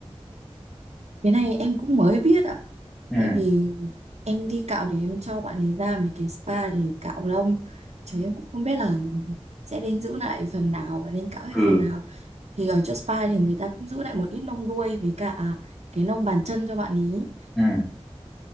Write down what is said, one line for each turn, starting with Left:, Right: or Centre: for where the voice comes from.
Right: cái này em cũng mới biết ạ
Centre: ừ
Right: Tại vì em đi cạo thì em cho bạn ấy ra mấy cái spa để cạo lông. Chứ em cũng không biết là sẽ nên giữ lại phần nào và nên cạo hết
Centre: ừ
Right: phần nào. Thì ở chỗ spa thì người ta cũng giữ lại một ít lông đuôi với cả cái lông bàn chân cho bạn ấy.
Centre: ừ